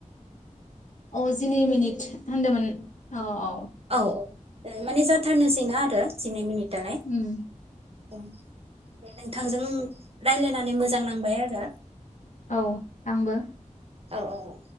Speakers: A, on the left; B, on the right.
A: अ जिनै मिनिट होनदोमोन अ-अ।
B: औ-औ माने जाथारनोसैना आरो जिनै मिनिटलाय।
A: उम।
B: उम दे नोंथांजों रायलायनानै मोजां नांबाय आरो।
A: औ आंबो।
B: औ-औ-औ।